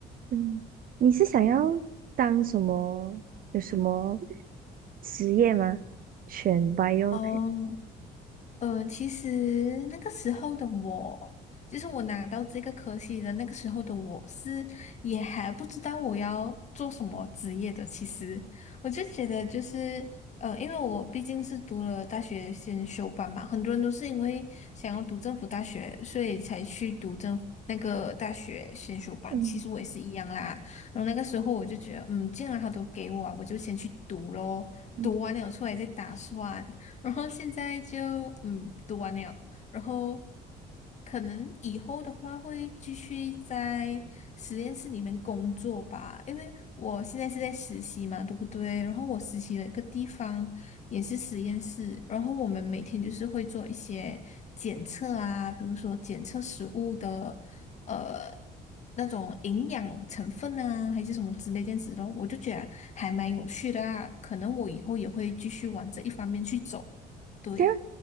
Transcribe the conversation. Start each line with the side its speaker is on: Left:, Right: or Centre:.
Right: 嗯，你是想要当什么？有什么职业吗？选 biotech，
Left: 哦，呃，其实那个时候的我，就是我拿到这个科系的那个时候的我是也还不知道我要做什么职业的。其实我就觉得就是，呃，因为我毕竟是读了大学先修班嘛，很多人都是因为想要读政府大学，所以才去读政府那个大学先修班。
Right: 嗯
Left: 其实我也是一样啦。然后那个时候我就觉得，嗯，既然他都给我啊我就先去读咯。
Right: 嗯，
Left: 读完了出来再打算。然后现在就嗯读完了，然后可能以后的话会继续在实验室里面工作吧，因为我现在是在实习嘛，对不对？然后我实习的一个地方也是实验室，然后我们每天就是会做一些检测啊，比如说检测食物的呃那种营养成分啊，还是什么之类这样子的，我就觉得还蛮有趣的啊，可能我以后也会继续往这一方面去走，对。
Right: 这样